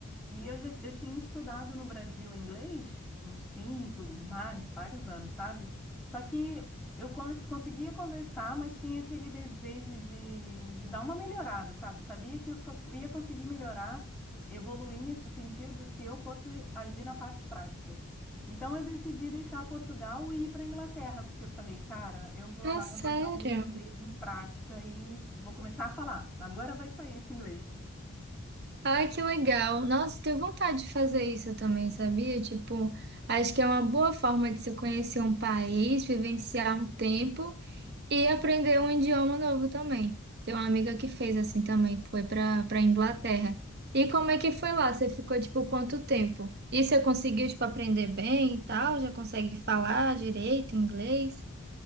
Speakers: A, in the centre; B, on the right.
A: E eu já eu tinha estudado no Brasil inglês uns cinco, mais, vários anos, sabe? Só que eu come- conseguia conversar, mas tinha aquele desejo de, de dar uma melhorada, sabe? Eu sabia que eu só ia conseguir melhorar, evoluir nesse sentido se eu fosse agir na parte prática. Então eu decidi deixar Portugal e ir para Inglaterra, porque eu falei, cara, eu vou
B: Ah,
A: lá
B: sério?
A: botar o meu inglês em prática e vou começar a falar. Agora vai sair esse inglês.
B: Ai, que legal. Nossa, tenho vontade de fazer isso também, sabia? Tipo, acho que é uma boa forma de se conhecer um país, vivenciar um tempo e aprender um idioma novo também. Tem uma amiga que fez assim também, foi para para Inglaterra. E como é que foi lá? Você ficou, tipo, quanto tempo? E você conseguiu, tipo, aprender bem e tal? Já consegue falar direito inglês?